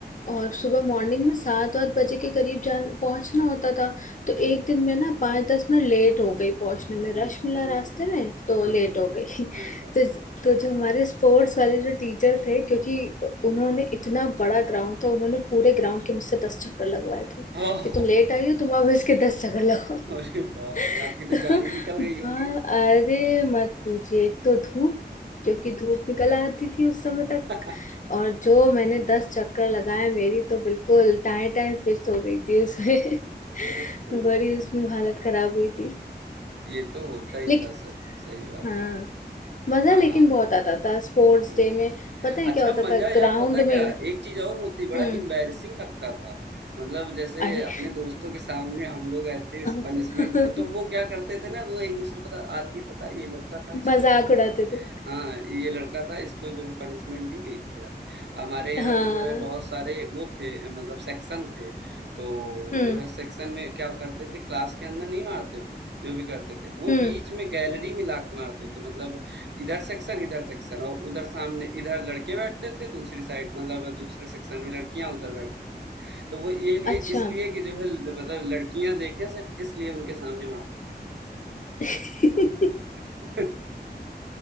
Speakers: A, on the left; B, on the right.
A: और सुबह मॉर्निंग में सात आठ बजे के करीब जान पहुंचना होता था तो
B: बिल्कुल
A: एक दिन मैं ना पाँच दस मिनट लेट हो गई पहुंचने में रश
B: ओहो
A: मिला रास्ते में तो
B: हाँ
A: लेट
B: हाँ
A: हो गई <laughs>
B: अरे बाप
A: तो तो जो हमारे स्पोर्ट्स वाले जो टीचर थे क्योंकि उन्होंने इतना बड़ा ग्राउंड था उन्होंने पूरे ग्राउंड के मुझसे दस चक्कर लगवाए थे
B: रे ओह
A: कि तुम लेट आई हो तुम अब इसके दस चक्कर लगाओ <laughs>
B: अरे बाप रे आपकी तो
A: तो
B: जान ही निकल
A: वहाँ
B: गई होगी
A: अरे मत पूछिए एक तो धूप क्योंकि धूप निकल आती थी उस समय तक
B: <laughs> अ,
A: और जो मैंने दस चक्कर लगाए मेरी तो बिल्कुल टाए टाए फिस्ट हो गई थी उसमें
B: ये
A: <laughs>
B: तो
A: बड़ी उसमें हालत खराब हुई थी
B: ये तो होता ही
A: लेकिन
B: था सर सही बात
A: हाँ
B: है
A: मजा
B: हाँ
A: लेकिन
B: हाँ
A: बहुत आता था स्पोर्ट्स
B: हुँ।
A: डे में पता है
B: अच्छा
A: क्या होता
B: मज़ा
A: था
B: यार
A: ग्राउंड
B: पता है क्या?
A: में
B: एक चीज़ और होती बड़ा
A: हम्म
B: एम्बैरेसिंग लगता था। मतलब जैसे
A: अरे
B: अपने दोस्तों के सामने हम लोग ऐसे
A: <laughs>
B: पनिशमेंट तो वो क्या करते थे ना वो एक-दूसरे पता आज ये पता है ये लड़का था इसको
A: मजाक
B: जो है
A: उड़ाते
B: आज
A: थे
B: हाँ, ये लड़का था इसको जो है पनिशमेंट दी गई थी आज। हमारे यहाँ
A: हाँ
B: तो जो है बहुत सारे वो थे अ, मतलब सेक्शन थे। तो
A: हम्म
B: जो है सेक्शन में क्या करते थे क्लास के अंदर नहीं मारते थे, जो भी करते थे। वो
A: हम्म
B: बीच में गैलरी में लात मारते थे मतलब इधर सेक्शन इधर सेक्शन और उधर सामने इधर लड़के बैठते थे दूसरी साइड मतलब दूसरे सेक्शन में लड़कियां उधर बैठती थी तो वो ये
A: अच्छा
B: लिए इसलिए कि जो है ल- मतलब लड़कियां देखें सिर्फ इसलिए उनके सामने मारते थे
A: <laughs> कितनी
B: <laughs>